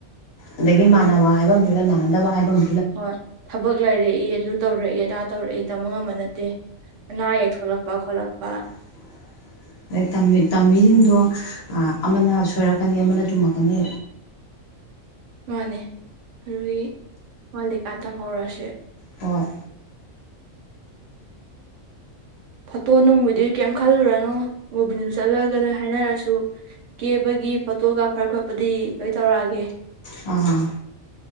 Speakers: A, on the left; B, on the right.
A: ꯑꯗꯒꯤ ꯃꯥꯟꯅꯕ ꯍꯥꯏꯕ ꯑꯃꯁꯨ ꯂꯩ ꯃꯥꯟꯅꯗꯕ ꯍꯥꯏꯕ ꯑꯝ
B: ꯍꯣꯏ ꯊꯕꯛ ꯂꯩꯔꯛꯏ ꯑꯗꯨ ꯇꯧꯔꯛꯏ ꯑꯗꯥ ꯇꯧꯔꯛꯏ ꯇꯝꯕ ꯉꯝꯕ ꯅꯠꯇꯦ ꯑꯅꯥ ꯑꯌꯦꯛ ꯊꯣꯛꯂꯛꯄ ꯈꯣꯠꯂꯛꯄ
A: ꯃ <inaudible> ꯑꯗꯩ ꯇꯝꯃꯤꯁꯤꯡꯗꯣ ꯑꯃꯅ ꯁꯣꯏꯔꯛꯀꯅꯤ ꯑꯃꯅ ꯆꯨꯝꯃꯛꯀꯅꯤ
B: ꯃꯥꯅꯦ ꯑꯗꯨꯒꯤ ꯋꯥꯠꯂꯤꯀꯥꯟ ꯇꯝ ꯍꯧꯔꯁꯦ
A: ꯍꯣꯏ
B: ꯐꯣꯇꯣ ꯅꯨꯡꯕꯨꯗꯤ ꯀꯩꯝ ꯈꯜꯂꯨꯔꯅꯨ ꯃꯨꯕꯤꯅꯤꯗꯨ ꯆꯠꯂꯒꯅꯣꯏ ꯍꯥꯏꯅꯔꯁꯨ ꯀꯦꯕꯒꯤ ꯐꯣꯇꯣꯒ ꯐꯔ ꯈꯣꯠꯄꯗꯤ ꯂꯣꯏ ꯇꯧꯔꯛꯑꯒꯦ
A: ꯑ